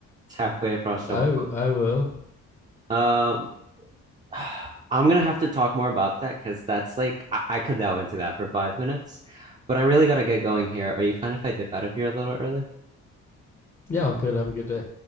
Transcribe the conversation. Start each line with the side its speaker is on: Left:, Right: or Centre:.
Right: It's halfway across the
Left: I
Right: world.
Left: I will.
Right: Um, <sighs> I'm gonna have to talk more about that because that's like I, I could delve into that for five minutes, but I really gotta get going here. Are you fine if I dip out of here a little early?
Left: Yeah, all good. Have a good day.